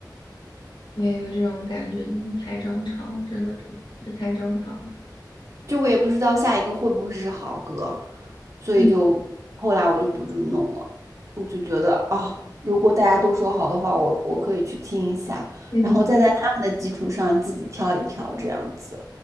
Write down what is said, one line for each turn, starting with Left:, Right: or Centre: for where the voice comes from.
Left: 我也有这种感觉，真的太正常了，真的真的是太正常了。
Right: <laughs> 就我也不知道下一个会不会是好歌，所以就后来我就不这么弄了，
Left: 嗯，
Right: 我就觉得啊、如果大家都说好的话，我我可以去听一下，
Left: 对对
Right: 然后再在他们的基础上自己挑一挑这样子。